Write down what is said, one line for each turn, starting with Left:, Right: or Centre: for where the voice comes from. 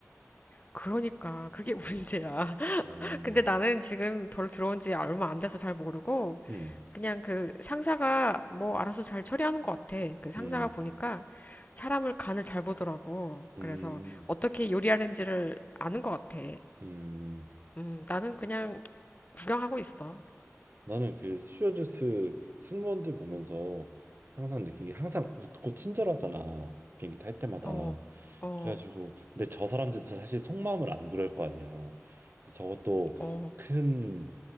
Left: 그러니까 그게 <laughs> 문제야.
Right: 어,
Left: 근데 나는 지금 별로 들어온 지 얼마 안 돼서 잘 모르고
Right: 응
Left: 그냥 그 상사가 뭐 알아서 잘 처리하는 것 같아. 그 상사가
Right: 응
Left: 보니까 사람을 간을 잘 보더라고.
Right: 응,
Left: 그래서 어떻게 요리하는지를 아는 것 같아.
Right: 응.
Left: 음, 나는 그냥 구경하고 있어.
Right: 나는 그 스튜어디스 승무원들 보면서 항상 느낀 게 항상 웃고 친절하잖아 비행기 탈 때마다
Left: 어, 어,
Right: 그래가지고 근데 저 사람들도 사실 속마음을 안 그럴 거 아니야 그래서 저것도
Left: 어,
Right: 큰